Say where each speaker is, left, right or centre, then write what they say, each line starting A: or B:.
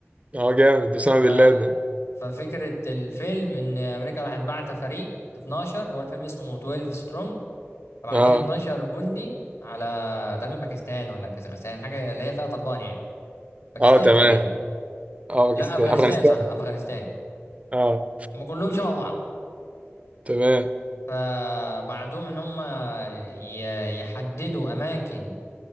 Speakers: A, on the right; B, on the left.
A: اه جامد اسامة
B: ف...
A: بن لادن
B: ففكرة الفيلم إن أمريكا راح بعت فريق 12 هو الفيلم اسمه 12 سترونج فبعتين
A: اه
B: 12 جندي على تقريبا باكستان ولا كازاخستان حاجة اللي هي فيها طالبان يعني باكستان
A: اه تمام
B: تقريبا
A: اه باكستان
B: لا أفغانستان
A: افغانستان
B: صح أفغانستان
A: اه
B: هم كلهم شبه بعض
A: تمام
B: فبعتوهم إن هم ي- يحددوا أماكن